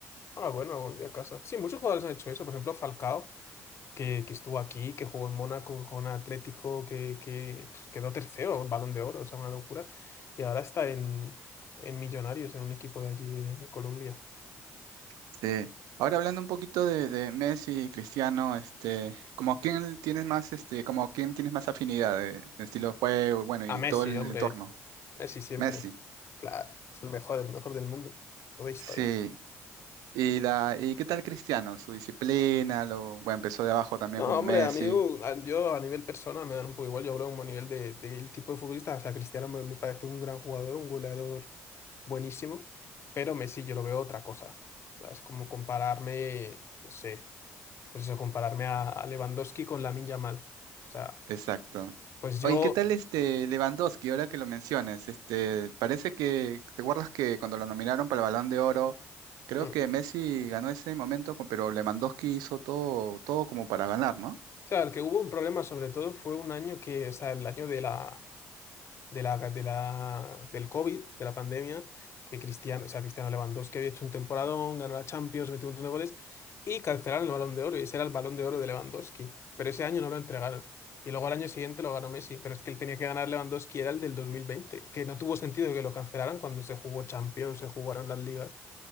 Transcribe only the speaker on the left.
Ah, bueno, volví a casa. Sí, muchos jugadores han hecho eso. Por ejemplo, Falcao, que, que estuvo aquí, que jugó en Mónaco, que jugó en Atlético, que, que pf, quedó tercero, Balón de Oro, o sea, una locura. Y ahora está en, en Millonarios, en un equipo de allí de, de Colombia.
A
Messi,
hombre.
Messi siempre.
Claro, es el mejor, el mejor del mundo. O de historia.
No,
hombre,
a mí, uh, a- yo a nivel persona me dan un poco igual. Yo hablo como a nivel de, del tipo de futbolista. O sea, Cristiano me, me parece un gran jugador, un goleador buenísimo, pero Messi yo lo veo otra cosa. O sea, Es como compararme, no sé, pues eso, compararme a, a Lewandowski con Lamine Yamal. O sea,
pues
yo.
mm.
O sea, el que hubo un problema sobre todo fue un año que, o sea, el año de la. de la, de la, del COVID, de la pandemia, que Cristiano, o sea, Cristiano Lewandowski había hecho un temporadón, ganó la Champions, metió un montón de goles, y cancelaron el Balón de Oro, y ese era el Balón de Oro de Lewandowski. Pero ese año no lo entregaron. Y luego al año siguiente lo ganó Messi, pero es que él tenía que ganar Lewandowski, era el del 2020, que no tuvo sentido que lo cancelaran cuando se jugó Champions, se jugaron las ligas.